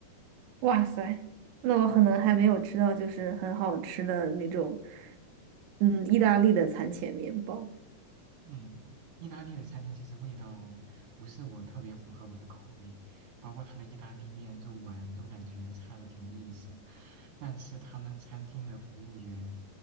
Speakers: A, on the right; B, on the right.
A: 哇塞，那我可能还没有吃到就是很好吃的那种，
B: 嗯
A: 嗯，意大利的餐前面包。
B: 嗯，意大利的餐厅其实味道不是我特别符合我的口味，包括它的意大利面、肉丸都感觉差了点意思。但是他们餐厅的服务员